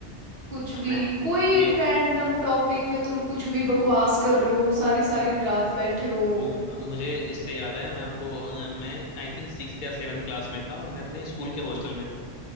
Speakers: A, on the right; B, on the left.
A: कुछ
B: मैं
A: भी कोई
B: मैं
A: रैंडम टॉपिक पे तुम कुछ भी बकवास कर रहे हो सारी सारी
B: म-
A: रात बैठे हो
B: म- मुझे इससे याद आया मैं आपको अ, मैं आई थिंक सिक्स या सेवन क्लास में था और मैं अपने स्कूल के हॉस्टल में था